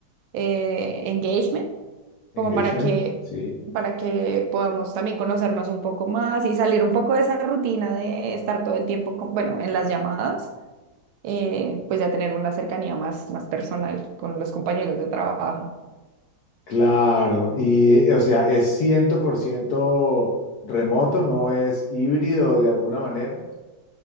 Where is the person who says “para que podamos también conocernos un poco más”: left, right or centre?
Right